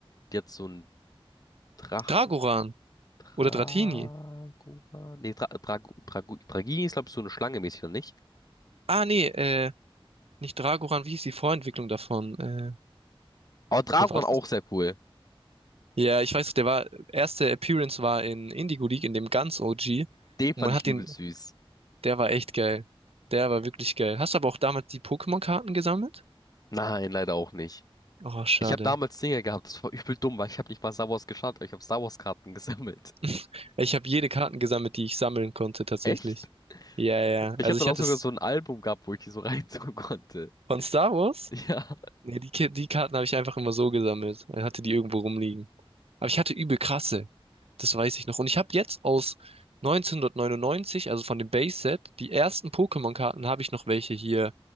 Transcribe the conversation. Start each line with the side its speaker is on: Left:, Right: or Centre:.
Left: die hat so einen Drachen,
Right: Dragoran
Left: Dragora,
Right: oder Dratini.
Left: nee, Dra Drag Drag Dragini ist, glaube ich, so eine Schlange mäßig, oder nicht?
Right: Ah, nee, äh, nicht Dragoran, wie hieß die Vorentwicklung davon? Äh,
Left: Aber Dragoran
Right: oder war das?
Left: auch sehr cool.
Right: Ja, ich weiß, der war, erste Appearance war in Indigo League, in dem ganz OG.
Left: Den fand
Right: Und man
Left: ich
Right: hat
Left: übel
Right: den,
Left: süß.
Right: der war echt geil. Der war wirklich geil. Hast du aber auch damals die Pokémon-Karten gesammelt?
Left: Nein, leider auch nicht.
Right: Oh, schade.
Left: Ich habe damals Dinger gehabt, das war übel dumm, weil ich habe nicht mal Star Wars geschaut, aber ich habe Star Wars Karten <laughs> gesammelt.
Right: <laughs> Ich habe jede Karten gesammelt, die ich sammeln konnte, tatsächlich.
Left: Echt?
Right: Ja, ja. ja.
Left: Ich
Right: Also
Left: hatte
Right: ich
Left: dann auch
Right: hatte
Left: sogar
Right: es
Left: so ein Album gehabt, wo ich die so <laughs> reintun konnte.
Right: von Star Wars.
Left: Ja,
Right: Nee, die, Ki- die Karten habe ich einfach immer so gesammelt. Ich hatte die irgendwo rumliegen. Aber ich hatte übel krasse. Das weiß ich noch. Und ich habe jetzt aus 1999, also von dem Base-Set, die ersten Pokémon-Karten habe ich noch welche hier